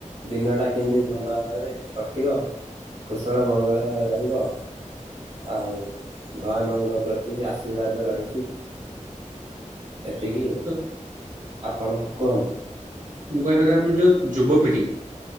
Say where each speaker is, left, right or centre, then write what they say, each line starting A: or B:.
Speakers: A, on the right; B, on the right.
A: ଦିନଟା କେମିତି ଭଲ ଭାବରେ କଟିବ କୁଶଳ ମଙ୍ଗଳ ରହିବ। ଆଉ ଭଗବାନଙ୍କ ପ୍ରତି ଆଶୀର୍ବାଦ ରହିଛି। ଏତିକି,
B: ତ
A: ଆପଣ କୁହନ୍ତୁ।
B: ମୁଁ କହିବାକଥା ଆମେ ଯୋଉ ଯୁବପିଢି,